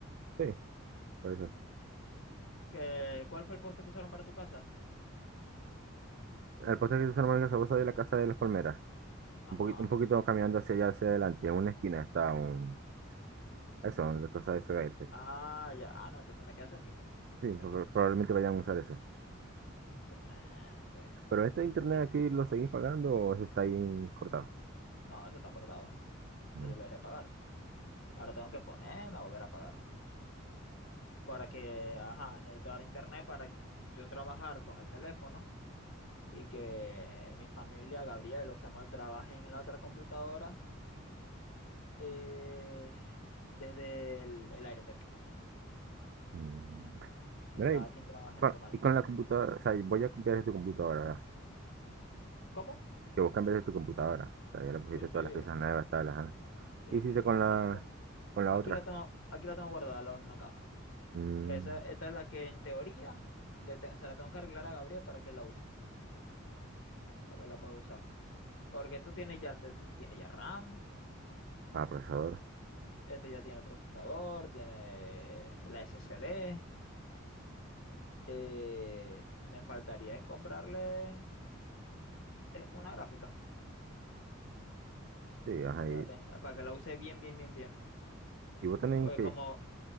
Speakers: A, on the right (about 50°); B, on the left (about 65°).
A: Sí, por eso.
B: ¿Que cuál fue el poste que usaron para tu casa?
A: El poste que se normal en Gasosa de la Casa de las Palmeras.
B: Ajá.
A: Un poquito, un poquito caminando hacia allá, hacia adelante. En una esquina está un... Eso, de cosas de ese gaite.
B: Ah, ya. Ah, no, entonces me queda cerquita. Está
A: Sí,
B: cerquita.
A: pro- probablemente vayan a usar ese.
B: Excelente.
A: Pero este internet
B: Y-
A: aquí lo seguís pagando o eso está ahí cortado.
B: No, eso está acordado. Eso
A: Mm,
B: yo lo dejé pagar. Ahora tengo que ponerme a volver a pagar. para que, ajá, necesito dar internet para yo trabajar con el teléfono y que mi familia, Gabriel o Samuel, trabajen en la otra computadora eh, desde el, el AirTag.
A: mm.
B: Y
A: Mira,
B: cada
A: y
B: quien trabaje
A: con,
B: normal.
A: y con la computadora, o sea, voy a cambiar de tu computadora, ¿verdad?
B: ¿Cómo?
A: que vos cambiaste tu computadora, o sea, ya le pusiste
B: Sí, sí.
A: todas las piezas nuevas, tal, ajá.
B: Sí,
A: ¿Qué hiciste
B: te-
A: con
B: te-
A: la,
B: ahora me com-
A: con la
B: Aquí
A: otra?
B: la tengo, aquí la tengo guardada, al lado en una caja.
A: Mm,
B: Que esa, esta es la que en teoría le te- se la tengo que arreglar a Gabriel para que la use, para que la pueda usar. Porque esto tiene ya, te- te- tiene ya RAM.
A: ah, procesador,
B: Esto ya tiene el procesador, tiene la SSD. eh, me faltaría es comprarle eh, una gráfica
A: sí, ajá,
B: para
A: y,
B: que la tenga, para que la use bien, bien, bien, bien.
A: y vos tenés
B: Porque
A: case,
B: como,